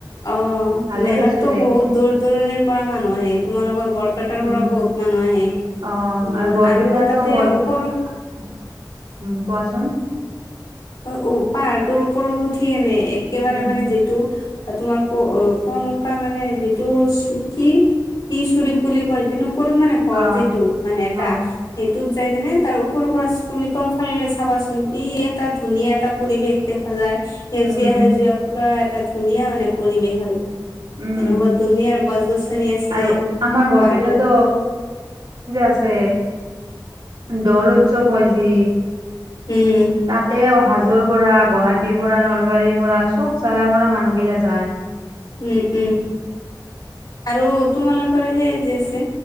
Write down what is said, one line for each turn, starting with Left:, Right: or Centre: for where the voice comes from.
Left: অ
Right: ভালে
Left: মেলাত
Right: পাইছো
Left: তো
Right: যাই
Left: বহুত
Right: কেনে
Left: দূৰ দূৰণিৰ পৰা মানুহ আহে তোমালোকৰ। বৰপেটাৰ পৰা
Right: উম
Left: বহুত মানুহ আহে।
Right: অ
Left: উম
Right: আৰু বৰপেটাটো
Left: তাতে
Right: বৰ।
Left: ওপৰৰ
Right: কোৱাচোন।
Left: অ অ, পাহাৰটোৰ ওপৰত উঠি এনে একেবাৰে
Right: উম
Left: মানে যিটো। তোমাৰ প পুৱা মক্কা মানে যিটো কি কি শৰীপ বুলি কয় যো। ৰত মানে ঘৰ
Right: অ
Left: যিটো মানে এটা
Right: অ
Left: সেই <unintelligible> দুত যায়কেনে তাৰ ওৰৰ পৰা তুমি তল ফালৈ চাবাচোন কি এটাাত। ধুনীয়া এটা পৰিৱেশ দেখা যায়, সেউজীয়া
Right: উম উম
Left: সেউজীয়া পুৰা। এটা ধুনীয়া মানে পৰিৱেশ আৰু।
Right: উম
Left: এনেক বৰ দুুনীয়াৰ গছ গছনি আছে
Right: আৰু আমাৰ বৰপেটাতো
Left: পাৰটো।
Right: আছে। দৌলত উৎসৱ হয় যে
Left: উম
Right: তা'তে অহা- দূৰৰ পৰা গুৱাহাটীৰ পৰা নলবাৰীৰ পৰা চব জাগাৰ পৰাই মানুহবিলাক যায়।
Left: উম' উম' আৰু তোমালোকৰ সেই যে আছে